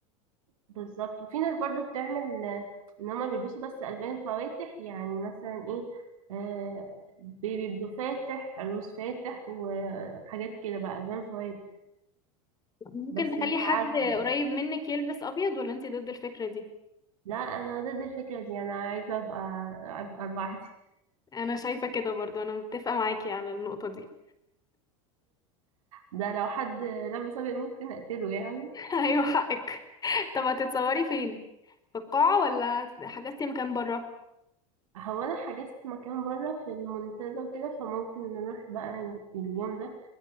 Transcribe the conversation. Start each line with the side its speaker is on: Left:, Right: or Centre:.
Right: بالظبط وفي ناس برضو بتعمل آه، ان هما بيلبسوا بس الوان فواتح يعني مثلا ايه آه بيبي بلو فاتح روز فاتح وحاجات كده بقى الوان فواتح
Left: ممكن
Right: بس
Left: تخلي
Right: مش
Left: حد
Right: عارفه
Left: قريب منك يلبس ابيض ولا انت ضد الفكرة دي
Right: لا انا ضد الفكره دي انا عايزه ابقى ابقى لوحدي
Left: انا شايفة كده برضو انا متفقة معاكي على النقطة دي
Right: ده لو حد لابس ابيض ممكن اقتله يعني
Left: <laughs> ايوه حقك طب هتتصوري فين في القاعة ولا حجزتي مكان برا
Right: هو انا حجزت مكان بره في المنتزه وكده فممكن نروح بقى اليوم ده